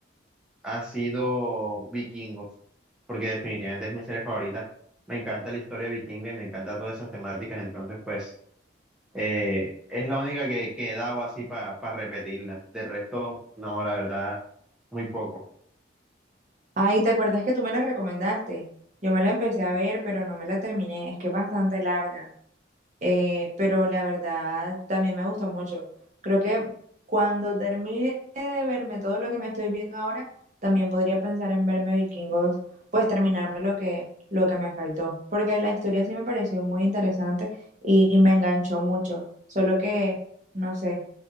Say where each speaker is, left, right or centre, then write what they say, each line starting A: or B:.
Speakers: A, in the centre; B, on the right.
A: ha sido Vikingos, porque definitivamente es mi serie favorita. Me encanta la historia vikinga y me encanta todas esas temáticas, entonces pues eh, es la única que, que he dado así para repetirla. De resto, no, la verdad, muy poco.
B: Ay, ¿te acuerdas que tú me la recomendaste? Yo me la empecé a ver, pero no me la terminé. Es que es bastante larga. Eh, pero la verdad también me gustó mucho. Creo que cuando termine de verme todo lo que me estoy viendo ahora, también podría pensar en verme Vikingos, pues terminarme lo que, lo que me faltó. Porque la historia sí me pareció muy interesante y, y me enganchó mucho. Solo que, no sé,